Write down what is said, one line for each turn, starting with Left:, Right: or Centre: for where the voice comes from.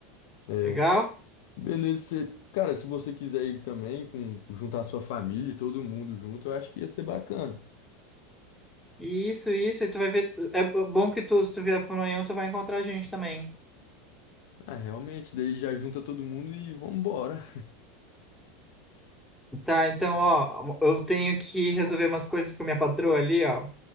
Left: É,
Centre: Legal?
Left: beleza, você- cara, se você quiser ir também, com, juntar sua família e todo mundo junto, eu acho que ia ser bacana.
Centre: Isso, isso. E tu vai ver. É bo- bom que tu, se tu vier pro Maranhão, tu vai encontrar a gente também.
Left: Ah, realmente, daí já junta todo mundo e vambora.
Centre: Tá, então, ó, eu tenho que resolver umas coisas com minha patroa ali, ó.